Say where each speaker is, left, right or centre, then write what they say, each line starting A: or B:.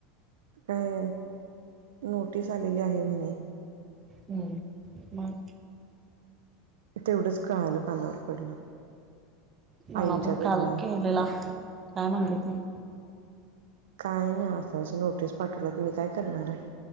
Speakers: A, on the right; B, on the right.
A: काय नोटीस आलेली आहे म्हणे
B: हम्म मग
A: तेवढंच कळायलं कानावर पडलं
B: मला
A: आईंच्याकडनं
B: पण काल केलेला काय म्हणते त
A: काय ना असं असं नोटीस पाठवलं तर मी काय करणार आहे